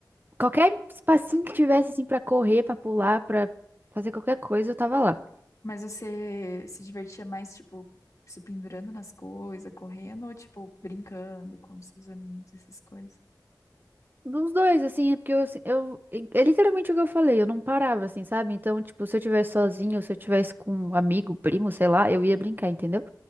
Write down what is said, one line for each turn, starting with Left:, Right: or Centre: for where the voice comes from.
Right: Qualquer espacinho que tivesse, assim, pra correr, pra pular, pra fazer qualquer coisa, eu tava lá.
Left: Mas você se divertia mais, tipo, se pendurando nas coisas, correndo, ou, tipo, brincando com seus amigos, essas coisas?
Right: Dos dois, assim, é porque eu, assim, eu, é é literalmente o que eu falei, eu não parava, assim, sabe? Então, tipo, se eu tivesse sozinho, se eu tivesse com um amigo, primo, sei lá, eu ia brincar, entendeu?